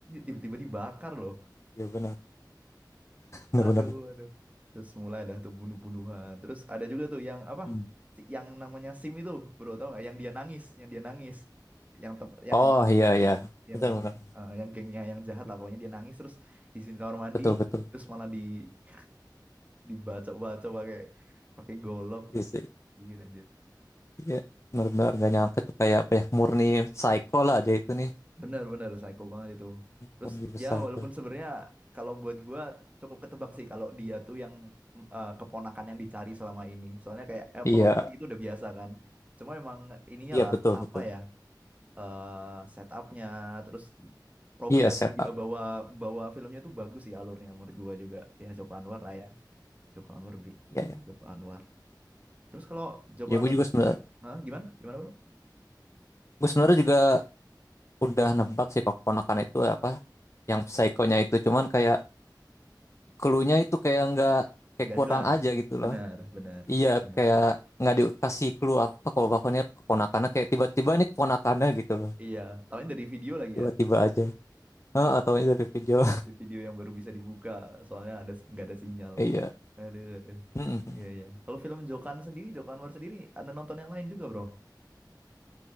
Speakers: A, on the right; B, on the left.
A: Tiba-tiba dibakar loh.
B: iya benar benar
A: Aduh,
B: benar
A: aduh. Terus mulai dah tuh bunuh-bunuhan. Terus ada juga tuh yang apa?
B: Hmm.
A: Si- Yang namanya Sim itu, bro, tau nggak? Yang dia nangis, yang dia nangis, yang tem yang
B: oh iya iya
A: yang
B: benar benar
A: eh, yang gengnya yang jahat lah, pokoknya dia nangis terus izin kamar mandi,
B: betul betul
A: terus malah di <laughs> dibaca-baca pakai pakai golok,
B: iya sih
A: gitu
B: iya benar benar nggak nyangka tuh kayak apa ya murni psycho lah dia itu nih
A: Bener-bener psycho banget itu. Terus
B: murni psycho
A: ya walaupun sebenarnya kalau buat gua cukup ketebak sih kalau dia tuh yang mm, eh, keponakan yang dicari selama ini. Soalnya kayak eh,
B: iya
A: plot itu udah biasa kan. Cuma emang ininya
B: iya
A: lah
B: betul
A: apa
B: betul
A: ya eh setupnya terus progres
B: iya setup
A: dia bawa bawa filmnya tuh bagus sih alurnya menurut gua juga. Ya Joko Anwar lah ya. Joko Anwar bi,
B: iya
A: bi
B: iya
A: Joko Anwar. Terus kalau Joko
B: ya
A: Anwar
B: gua juga
A: sendiri,
B: sebenarnya
A: hah, gimana? Gimana bro?
B: gua sebenarnya juga udah nebak sih kok keponakan itu apa yang psikonya itu cuman kayak clue-nya itu kayak nggak kayak
A: Nggak
B: kurang
A: jelas.
B: aja gitu
A: Bener,
B: loh
A: bener.
B: iya
A: Iya.
B: kayak nggak dikasih clue apa kalau bahkannya keponakannya kayak tiba-tiba ini keponakannya gitu loh
A: Iya, tahunya dari video lagi
B: tiba-tiba
A: ya.
B: aja Heeh, atau ini dari video
A: di video yang baru bisa dibuka soalnya ada nggak ada sinyal
B: <laughs> iya
A: aduh aduh
B: Mm-mm.
A: iya iya kalau film Jokan sendiri Joko Anwar sendiri ada nonton yang lain juga bro